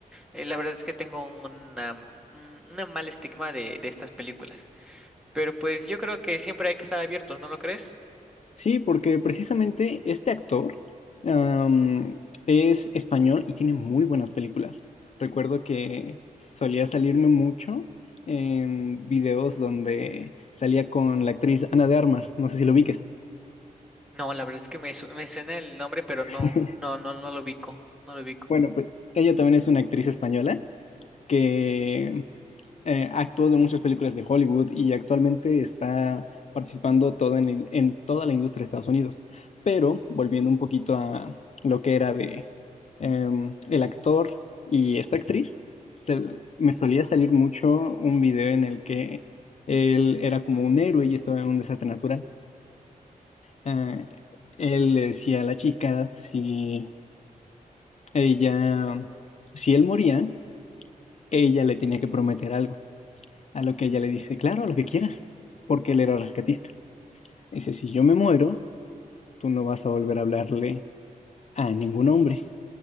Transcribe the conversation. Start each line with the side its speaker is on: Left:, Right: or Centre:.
Centre: Eh, La verdad es que tengo una, un una mal estigma de, de estas películas. Pero pues yo creo que siempre hay que estar abiertos, ¿no lo crees?
Left: Sí, porque precisamente este actor am, es español y tiene muy buenas películas. Recuerdo que solía salirme mucho en videos donde salía con la actriz Ana de Armas, no sé si lo ubiques.
Centre: No, la verdad es que me, su- me suena el nombre, pero
Left: <laughs>
Centre: no, no, no, no lo ubico, no lo ubico.
Left: Bueno, pues ella también es una actriz española que eh, actuó de muchas películas de Hollywood y actualmente está participando todo en, la- en toda la industria de Estados Unidos. Pero volviendo un poquito a lo que era de em, el actor y esta actriz, se- me solía salir mucho un video en el que él era como un héroe y estaba en un desastre natural. Eh, él le decía a la chica si ella, si él moría, ella le tenía que prometer algo. A lo que ella le dice, claro, a lo que quieras, porque él era rescatista. Dice, si yo me muero, tú no vas a volver a hablarle a ningún hombre.